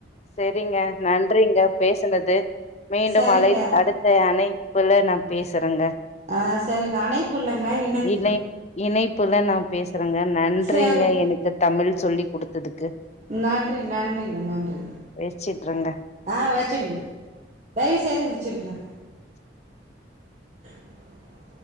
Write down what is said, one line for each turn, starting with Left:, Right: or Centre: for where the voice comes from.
Left: சரிங்க நன்றிங்க பேசுனது மீண்டும்
Right: சரிங்க
Left: அழ அடுத்த அணை இப்பல்ல நா பேசுறங்க
Right: ஆ சரிங்க அணைப்பு இல்லங்க இணைப்பு
Left: இண இணைப்புல நான் பேசுறேங்க நன்றிங்
Right: சேரிங்
Left: எனக்கு தமிழ் சொல்லி் குடுத்ததுக்கு
Right: நன்றி நன்றிங்க நன்றி
Left: வச்சிட்றேங்க
Right: ஆஹ் வச்சிருங்க தயவுசெய்து வச்சிருங்க <inaudible>